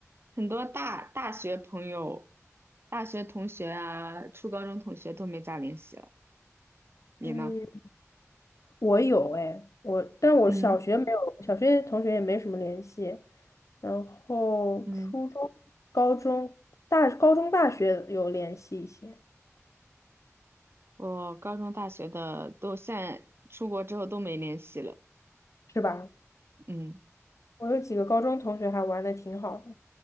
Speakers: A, on the right; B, on the left.
A: 很多大大学朋友、大学同学啊、初高中同学都没咋联系了。你呢？
B: 嗯。我有哎，我，但我小学没有，
A: 嗯
B: 小学同学也没什么联系。然后初中、
A: 嗯。
B: 高中、大高中、大学有联系一些，
A: 我高中、大学的都现在出国之后都没联系了。
B: 是吧？
A: 嗯
B: 我有几个高中同学还玩的挺好的，